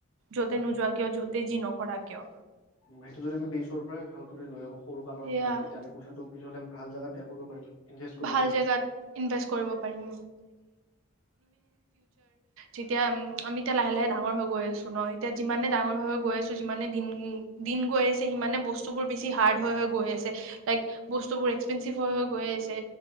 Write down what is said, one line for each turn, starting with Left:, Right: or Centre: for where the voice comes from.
Right: য'তে
Left: উম,
Right: নোযোৱা কিয় য'তে যি নকৰা কিয়
Left: সেইটো যদি আমি বচৰ পৰাই ভাল কৰি লৈ আহ। সৰু কালৰ
Right: সেয়া
Left: পৰাই তেতিয়া আমি পইচাটো। পিছলে ভাল জাগাত ট্ৰায় কৰিব পাৰিম। ইনভেষ্ট কৰিব
Right: ভাল
Left: পাৰিম
Right: জেগাত ইনভেষ্ট কৰিব পাৰিম। তিয়া আমি এতিয়া লাহে লাহে ডাঙৰ হৈ গৈ আছো ন এতিয়া যিমানে ডাঙৰ হৈ গ। গৈ আছো সিমানে দিন। দিন গৈ আছে সিমানে বস্তুবোৰ বেছি হাৰ্ড হৈ গৈ আছে লাইক বস্তুবোৰ এক্সপেঞ্চিভ হৈ হৈ গৈ আছে।।